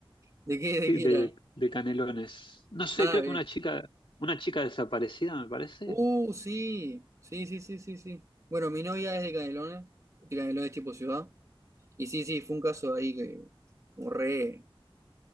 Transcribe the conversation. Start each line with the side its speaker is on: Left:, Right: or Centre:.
Right: ¿De qué, de
Left: Sí,
Right: qué
Left: de,
Right: era?
Left: de Canelones. No sé,
Right: Ah,
Left: creo
Right: bien.
Left: que una chica, una chica desaparecida, me parece.
Right: Uh, sí, sí, sí, sí, sí, sí. Bueno, mi novia es de Canelones, de Canelones tipo ciudad. Y sí, sí, fue un caso ahí que, como re,